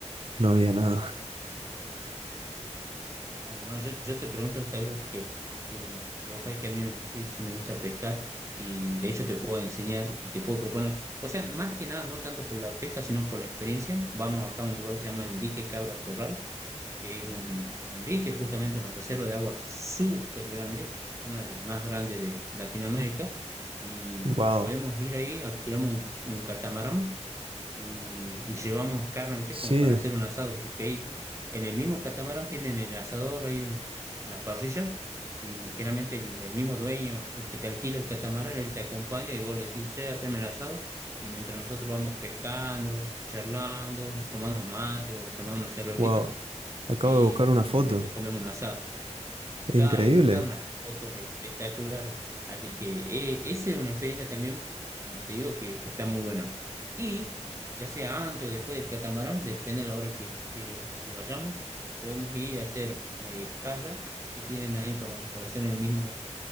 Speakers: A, on the right; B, on the right.
A: no había nada. <laughs>
B: Ah, No, yo, yo te pregunto, es algo que eh, vos sabés que a mí me- sí, sí me gusta pescar y de hecho te puedo enseñar y te puedo proponer, o sea, más que nada, no tanto por la pesca, sino por la experiencia. Vamos acá a un lugar que se llama el dique Cabra Corral, que es un, un dique, justamente una reserva de agua súper grande, una de las más grandes de Latinoamérica, y
A: Wow.
B: podemos ir ahí, alquilamos un, un catamarán y, y llevamos carne, ¿viste?
A: Sí,
B: Como para hacer un asado, porque ahí en el mismo catamarán tienen el asador ahí en la parrilla y generalmente el, el mismo dueño, el que te alquila el catamarán, él te acompaña y vos le decís, che, haceme el asado y mientras nosotros vamos pescando, charlando, tomando un mate o tomando una cervecita,
A: wow. Acabo
B: ahí
A: de buscar una
B: eh,
A: foto.
B: después comemos un asado.
A: Es
B: Claro,
A: increíble.
B: y sacar unas fotos espectacular. Así que eh, esa es una experiencia también, como te digo, que, que está muy buena. Y ya sea antes o después del catamarán, depende de la hora que, que- que vayamos, podemos ir a hacer eh, kayak que tienen ahí para, para hacer en el mismo,